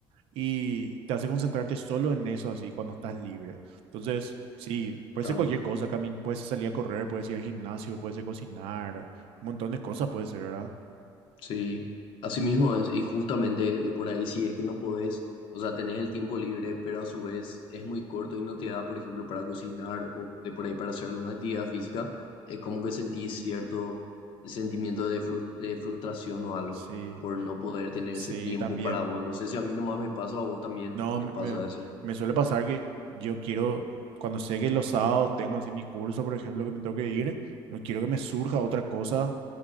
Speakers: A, on the right; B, on the left.
A: y te hace concentrarte solo en eso, así, cuando estás libre. Entonces, sí, puede
B: claro.
A: ser cualquier cosa, camin- puede ser salir a correr, puede ser ir al gimnasio, puede ser cocinar, un montón de cosas puede ser, ¿verdad?
B: Sí, así mismo es, y justamente de por ahí sí es que no podés, o sea, tenés el tiempo libre, pero a su vez es muy corto y no te da, por ejemplo, para cocinar o de por ahí para hacer alguna actividad física, es como que sentís cierto sentimiento de, frus- de frustración o algo
A: Sí,
B: por no poder tener
A: sí,
B: ese tiempo
A: también.
B: para vos. No sé si a mí nomás me pasa o a vos también
A: No,
B: te
A: me,
B: pasa
A: me-
B: eso.
A: me suele pasar que yo quiero, cuando sé que los sábados tengo así mi curso, por ejemplo, que me tengo que ir, no quiero que me surja otra cosa